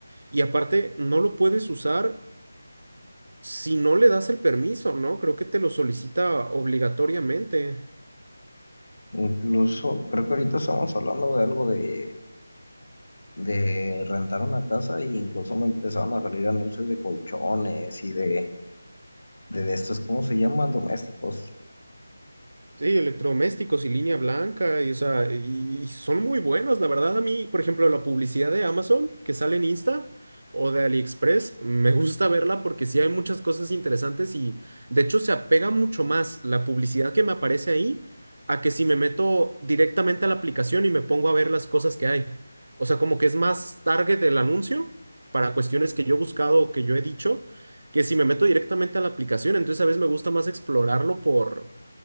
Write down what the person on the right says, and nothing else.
Y aparte, no lo puedes usar si no le das el permiso, ¿no? Creo que te lo solicita obligatoriamente.
Sí, electrodomésticos y línea blanca, y, o sea, y, y son muy buenos, la verdad. A mí, por ejemplo, la publicidad de Amazon que sale en Insta o de AliExpress, me gusta verla porque sí hay muchas cosas interesantes y de hecho se apega mucho más la publicidad que me aparece ahí a que si me meto directamente a la aplicación y me pongo a ver las cosas que hay. O sea, como que es más target del anuncio para cuestiones que yo he buscado o que yo he dicho, que si me meto directamente a la aplicación, entonces a veces me gusta más explorarlo por